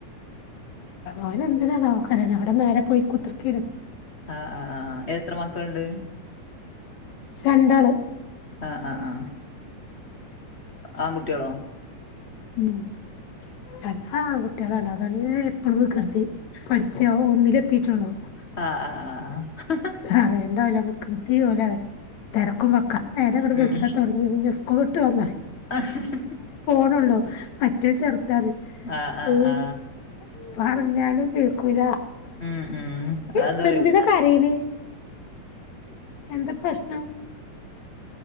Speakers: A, on the left (about 70°); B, on the left (about 30°).
A: അവനെന്തിനാണാവോ കരേണെ അവിടെ മേലെ പോയി കുത്തിർക്കേനു
B: ആ ആ ആ എത്ര മക്കള്ണ്ട്
A: രണ്ടാൾ
B: ആ ആ ആഹ് ആൺകുട്ടിളോ
A: ഉം അ <unintelligible> ആൺ കുട്ടിളാണ് അതന്നെ എപ്പഴും വികൃതി പഠിച്ചോ ഒന്നിലെത്തിട്ടുള്ളൂ
B: ആ ആ ആ ആ
A: പറയേണ്ട ഓലെ വൃകൃതി ഓലടി തെരക്കുംവക്ക നേരെ ങ്ങട്
B: ഉം
A: വെള്ത്താ തുട്ങ്ങി പിന്നെ സ്കൂൾ വിട്ട് വന്നാ
B: ആഹ ഹ് ഹ്
A: ത്രള്ളൂ മറ്റെ ചെറ്താണ്
B: ആ ആ
A: <unintelligible>
B: ആ
A: പറഞ്ഞാലും കേക്കൂല.
B: മ്മ് മ്മ്
A: ഇപ്പ
B: അന്തറിയോ
A: എന്തിനാ കരയണേ എന്താ പ്രശ്നം